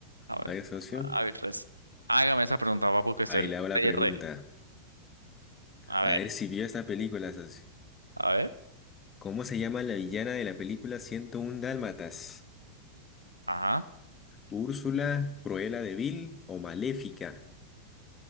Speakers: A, on the right; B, on the left.
A: A ver,
B: A ver, socio.
A: a ver, res- hágame esa pregunta, papu, que estoy
B: Ahí le hago la
A: re,
B: pregunta.
A: re. A
B: A
A: ver,
B: ver si vio esta película, socio.
A: a ver.
B: ¿Cómo se llama la villana de la película 101 Dálmatas?
A: Ajá.
B: ¿Úrsula, Cruella de Vil o Maléfica?